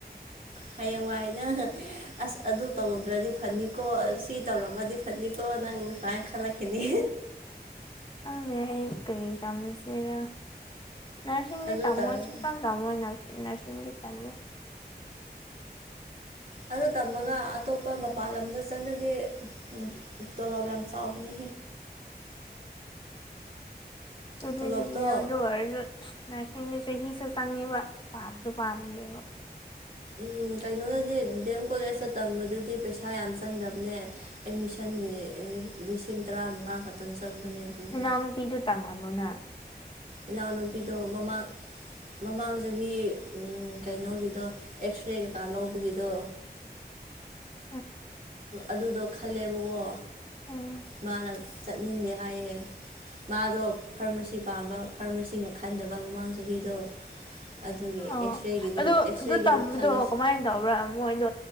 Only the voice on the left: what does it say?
ꯈꯪꯗꯦ ꯑꯩ ꯀꯔꯤ ꯇꯃꯁꯤꯔ ꯅꯔꯁꯤꯡꯗꯤ
ꯇꯝꯃꯣꯏ
ꯁꯨꯛꯇꯝ ꯇꯝꯃꯣꯏ ꯅꯔꯁ ꯅꯔꯁꯤꯡꯗꯤ ꯇꯝꯅꯤꯡ
<inaudible> ꯑꯗꯨꯗꯦ
ꯑꯗꯨꯅꯦ ꯑꯗꯨ ꯑꯣꯏꯔꯁꯨ ꯅꯔꯁꯤꯡꯗꯤ ꯆꯍꯤꯁꯨ ꯆꯪꯉꯦꯕ ꯄꯥꯝꯁꯨ ꯄꯥꯝꯗꯦꯕ
ꯏꯅꯥꯎꯅꯨꯄꯤꯗ ꯇꯝꯍꯜꯂꯣꯅꯅ
<inaudible>
ꯎꯝ
ꯑꯣ
ꯑꯗꯨ
ꯑꯗꯨ ꯇꯝꯕꯗꯣ
ꯀꯃꯥꯏꯅ ꯇꯧꯕ꯭ꯔꯥ ꯃꯣꯏꯗꯣ